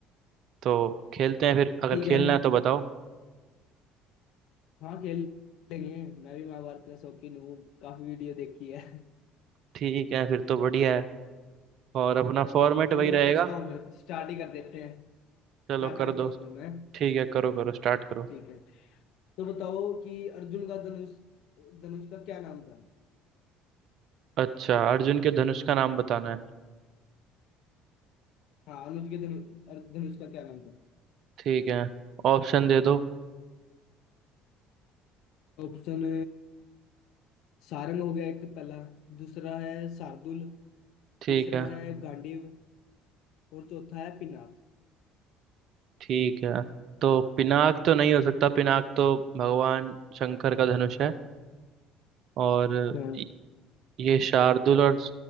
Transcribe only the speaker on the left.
ठीक है
हाँ खेल लेंगे मैं भी महाभारत का शौकीन हूँ काफी वीडियो देखी है
चलो
मैं
पूछता हूँ फिर स्टार्ट ही कर देते हैं
स्टार्ट
करता
हूँ फिर मैं
ठीक है तो बताओ कि अर्जुन का धनुष धनुष का क्या नाम था
हाँ अनुज के धनु- धनुष का क्या नाम था
ऑप्शन सारंग हो गया एक पहला दूसरा है शार्दुल
तीसरा
है गांडीव और चौथा है पिनाक
हाँ